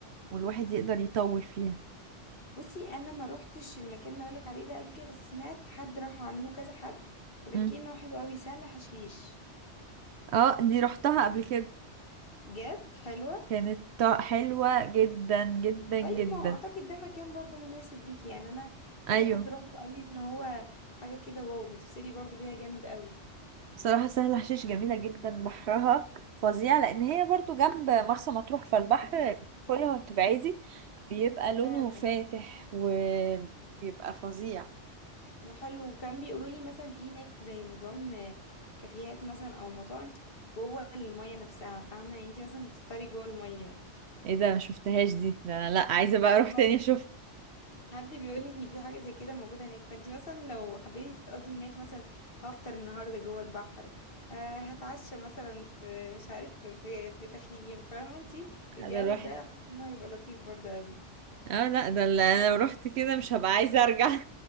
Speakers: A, on the right (about 70°); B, on the left (about 50°).
A: والواحد يقدر يطول فيها
B: بصي انا ما روحتش المكان اللي اقولك عليه ده قبل كده بس سمعت حد راح عنه كذا حد وبيحكي
A: مم.
B: لي ان هو حلو قوي سهل حشيش
A: اه دي رحتها قبل كده
B: جد حلوة
A: كانت حلوة جدا جدا
B: طيب
A: جدا
B: ما هو اعتقد ده مكان برضو مناسب ليكي يعني انا كذا
A: ايوه
B: حد راح وقال لي ان هو حاجة كده واو بتفصلي برضو بيها جامد قوي
A: صراحة سهل حشيش جميلة جدا بحرها فظيع لأن هي برضو جنب مرسى مطروح فالبحر كل ما بتبعدي بيبقى لونه
B: فعلا
A: فاتح وبيبقى فظيع
B: وحلو وكان بيقولوا لي مثلا في هناك زي نظام آه، كافيهات مثلا او مطاعم جوه المية نفسها فاهمة يعني انتي مثلا بتفطري جوه المية
A: ايه ده ما شفتهاش دي ده انا لا عايزه بقى
B: لا
A: اروح
B: حد
A: تاني اشوف
B: حد بيقول لي ان في حاجه زي كده موجوده هناك فانت مثلا لو حبيتي تقضي هناك مثلا هفطر النهارده جوه البحر آه هتعشى مثلا في مش عارف في في تخييم فاهمه انت الجو
A: ده الواحد
B: ده حاسه ان هو هيبقى لطيف برضه قوي
A: اه لا ده اللي انا لو رحت كده مش هبقى عايزه ارجع <laughs>